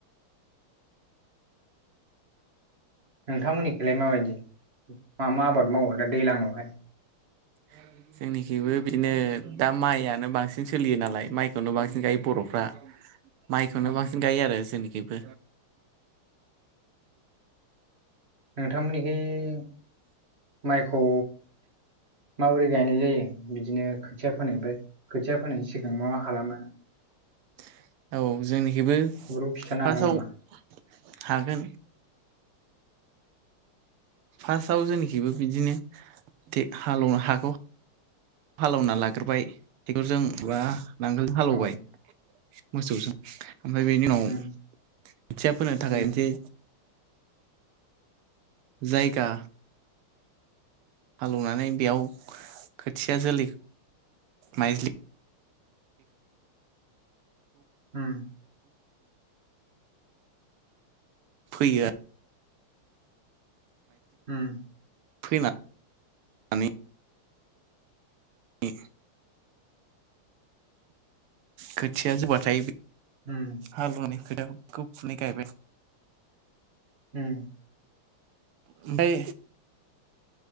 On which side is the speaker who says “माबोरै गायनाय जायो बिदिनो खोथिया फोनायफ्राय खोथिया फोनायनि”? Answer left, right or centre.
Right